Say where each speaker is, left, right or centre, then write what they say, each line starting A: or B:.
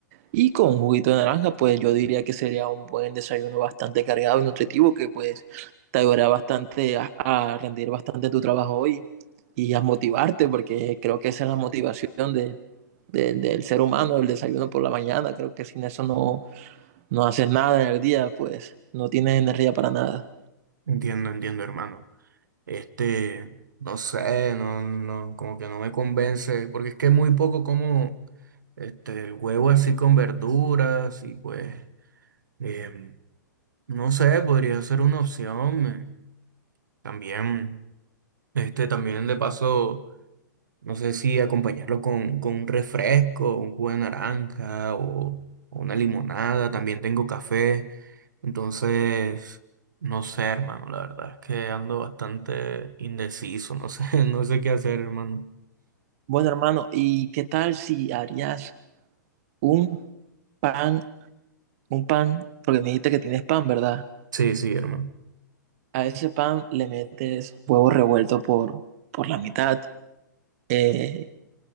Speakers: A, on the right (about 45°); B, on the right (about 70°).
A: y con juguito de naranja, pues yo diría que sería un buen desayuno bastante cargado y nutritivo que pues te ayudará bastante a, a rendir bastante tu trabajo hoy y a motivarte, porque creo que esa es la motivación de, de- del ser humano, el desayuno por la mañana. Creo que sin eso no, no haces nada en el día, pues no tienes energía para nada.
B: Entiendo, entiendo, hermano. Este, no sé, no, no, como que no me convence, porque es que muy poco como este, el huevo así con verduras y pues, em, no sé, podría ser una opción. eh. También, este, también de paso. No sé si acompañarlo con, con un refresco, un jugo de naranja o, o una limonada. También tengo café. Entonces, no sé, hermano. La verdad es que ando bastante indeciso. No sé, <laughs> no sé qué hacer, hermano.
A: Bueno, hermano, ¿y qué tal si harías un pan, un pan, porque me dijiste que tienes pan, ¿verdad?
B: Sí, sí, hermano.
A: A ese pan le metes huevo revuelto por, por la mitad. eh,